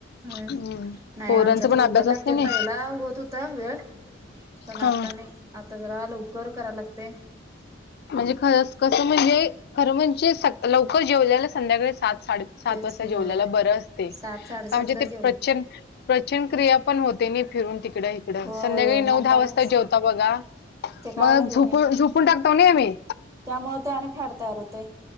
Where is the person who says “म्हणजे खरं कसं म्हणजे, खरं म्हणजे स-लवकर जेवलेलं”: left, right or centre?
Left